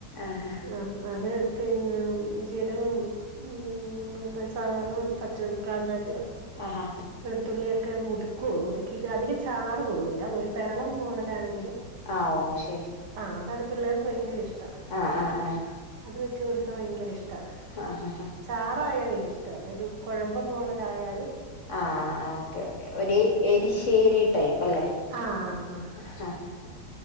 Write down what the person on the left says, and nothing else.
ആഹ്
ആഹ്
ആ ഓ ശെ
ആഹ് ആഹ് ആഹ്
ആഹ്
ആ ഓക്കെ ഓക്കെ ഒരു എരിശ്ശേരി ടൈപ്പ് ല്ലാ
ഹ ഹ ഹ